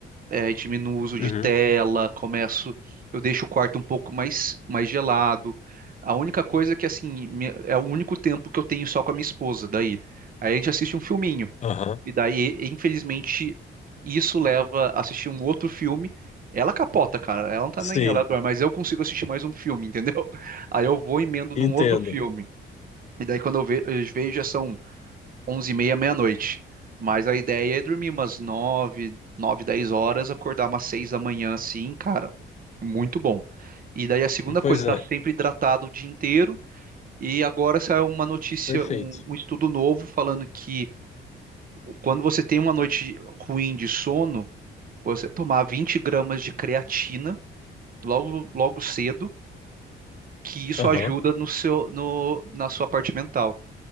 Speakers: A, on the right; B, on the left.
A: é, diminuo o uso
B: Uhum.
A: de tela, começo, eu deixo o quarto um pouco mais, mais gelado. A única coisa é que, assim, me- é o único tempo que eu tenho só com a minha esposa, daí. Aí a gente assiste um filminho.
B: Aham.
A: E daí, infelizmente, isso leva a assistir um outro filme. Ela capota, cara. Ela não tá
B: Sim,
A: nem ela dorme, mas eu consigo assistir mais um filme, <laughs> entendeu? Aí eu vou e emendo
B: entendo.
A: num outro filme. E daí quando eu ve- eu vejo já são onze e meia meia-noite. Mas a ideia é dormir umas nove nove 10 horas, acordar umas 6 da manhã assim, cara. Muito bom. E daí a segunda coisa,
B: Pois
A: tá
B: é,
A: sempre hidratado o dia inteiro. E agora saiu uma notícia,
B: perfeito.
A: um um estudo novo falando que quando você tem uma noite ruim de sono, você tomar 20 gramas de creatina logo, logo cedo, que isso
B: Aham.
A: ajuda no seu, no, na sua parte mental,